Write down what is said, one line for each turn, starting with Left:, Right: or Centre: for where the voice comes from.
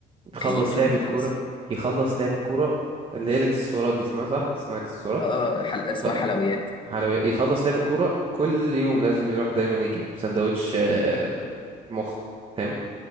Right: يخلص
Left: كيف
Right: لعب
Left: لحمه
Right: الكورة
Left: راس
Right: يخلص لعب الكورة اللي هي الاكسسوارات دي اسمها صح؟ اسمها اكسسوارات
Left: اه حل... اسمها
Right: لا
Left: حلويات
Right: حلويات يخلص لعب الكورة كل يوم لازم يروح دايما يجيب سندوتش آه، مخ فاهم؟